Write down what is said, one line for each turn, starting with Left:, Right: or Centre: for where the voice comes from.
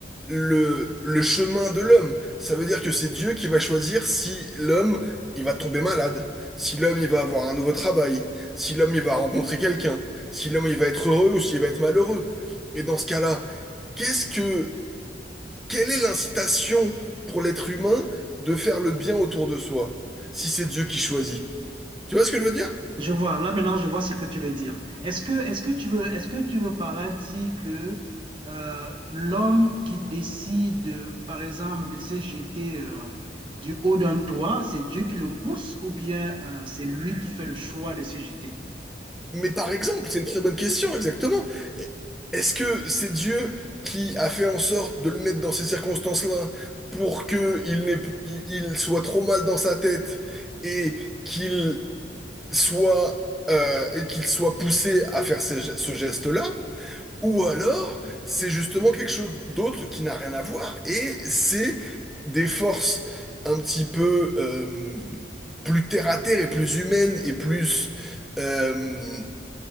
Centre: le, le chemin de l'homme. Ça veut dire que c'est Dieu qui va choisir si l'homme, il va tomber malade, si l'homme, il va avoir un nouveau travail, si l'homme, il va rencontrer quelqu'un, si l'homme, il va être heureux ou s'il va être malheureux. Et dans ce cas-là, qu'est-ce que, quelle est l'incitation pour l'être humain de faire le bien autour de soi, si c'est Dieu qui choisit? Tu vois ce que je veux dire?
Right: Je vois, là maintenant, je vois ce que tu veux dire. Est-ce que, est-ce que tu veux, est-ce que tu veux par là dire que euh, l'homme qui décide, euh, par exemple, de se jeter euh, du haut d'un toit, c'est Dieu qui le pousse ou bien euh, c'est lui qui fait le choix de se jeter?
Centre: Mais par exemple, c'est une très bonne question, exactement. Est-ce que c'est Dieu qui a fait en sorte de le mettre dans ces circonstances-là pour que il n'ait- il il soit trop mal dans sa tête et qu'il soit, euh, et qu'il soit poussé à faire ce, ce geste-là? Ou alors, c'est justement quelque chose d'autre qui n'a rien à voir et c'est des forces un petit peu euh, plus terre à terre et plus humaines et plus... euh,